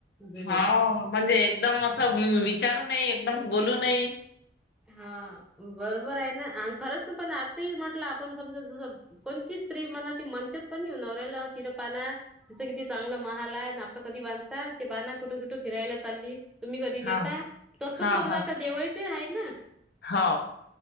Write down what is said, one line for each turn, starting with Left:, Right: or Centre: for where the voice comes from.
Centre: जुन्या
Left: हा, म्हणजे एकदम असं विचारू नये, एकदम बोलू नये.
Centre: हा, बरोबर आहे ना, आणि खरंच ना, पण आता ही म्हटलं आपण समजु... कोणती स्त्री, म्हणा, ती म्हणतेच की नाही, ओ, नवऱ्याला तिर पाना... तिथं किती चांगला महाल आहे, आपलं कधी बांधता? ते पहा, कुठे कुठे फिरायला चालली. तुम्ही कधी देता,
Left: हा
Centre: तसं
Left: हा
Centre: समजा,
Left: हा
Centre: आता देवायची आहे ना?
Left: हो